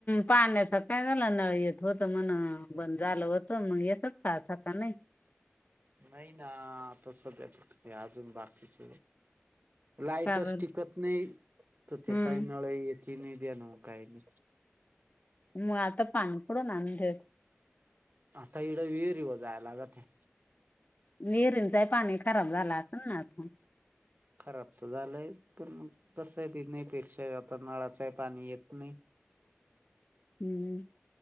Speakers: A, on the left (about 40°); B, on the right (about 45°).
A: पाण्याच काय झालं नळ येत होत म्हण बंद झालं होतं, मग येतच. खाता का नाही.
B: नाही ना सध्या अजून बाकीच. लाईटच
A: का बर
B: टिकत नाही तर ते
A: हम्म
B: काय नळ येत. किन द न काहीनी.
A: मग आता पाणी कुठून आणते.
B: आता इथ विहिरी व जायला लागत ते.
A: विहिरींचाही पाणी खराब झालं असेल ना आता.
B: खराब तर झालंय पण मग तस. बण्यापेक्षा नळाचही पाणी येत नाही.
A: हम्म